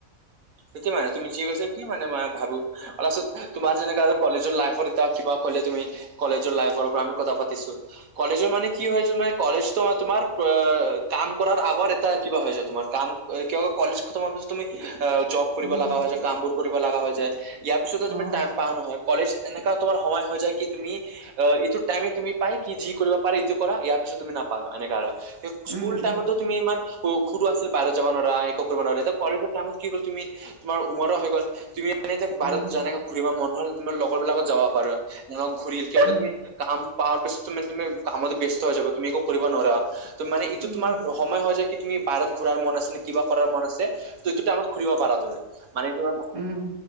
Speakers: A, on the right (about 85°); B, on the right (about 25°).
A: সেইটোৱে মানে তুমি যি কৈছা সেইটোৱে মানে মই ভাবো <unintelligible> পিছত তোমাৰ যেনেকা আৰু কলেজৰ লাইফত এতিয়া কিবা কলে তুমি কলেজৰ লাইফৰ পৰা আমি কথা পাতিছোঁ। কলেজৰ মানে কি হয় তোমাৰ, কলেজটো তোমাৰ পা কাম কৰাৰ আগত এটা কিবা হৈ যায় তোমাৰ কাম আ কিবা কলেজ খতম হোৱা পিছত তুমি আ জব কৰিব
B: উম
A: লগা হয় যায় কামবোৰ কৰিব লগা হৈ যায়, ইয়াৰ পিছত তুমি
B: অ
A: টাইম পাৰ নহয়, কলেজ এনেকা তোমাৰ সময় হয় যায় কি তুমি আ ইটো টাইমে তুমি পায় কি যি কৰিব পাৰি ইটো কৰা ইয়াৰ পিছত তুমি নাপাও এনেকা আৰু স্কুল
B: উম
A: টাইমতো
B: উম
A: তুমি ইমান স সৰু আছিল বাহিৰত যাব নোৱাৰা, একো কৰিব নোৱাৰা এতিয়া কলেজৰ টাইমত কি গ'ল তুমি তোমাৰ উমৰো হৈ গ'ল তুমি মানে এতিয়া বাহিৰত
B: উম
A: যেনেকে ঘূৰিব মন হ'ল তোমাৰ লগৰবিলাকত যাব পাৰা <unintelligible> ঘূৰিল কিয়নো
B: উম
A: তুমি কাম পোৱা পিছ তুমি তুমি কামত ব্যস্ত হৈ যাবা তুমি একো কৰিব নোৱাৰা ত মানে এইটো
B: উম
A: তোমাৰ ৰ সময় হয় যায় কি তুমি বাহিৰত ঘূৰাৰ মন আছে নে কিবা কৰাৰ মন আছে ত এইটোতে আমা ঘূৰিব পাৰা তুমি মানে তোমাৰ
B: উম